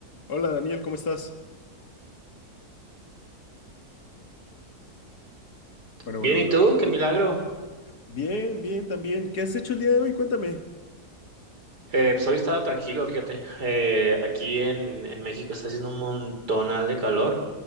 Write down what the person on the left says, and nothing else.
Hola Daniel, ¿cómo estás? Bueno,
bueno, bueno.
Bien, bien, también. ¿Qué has hecho el día de hoy? Cuéntame.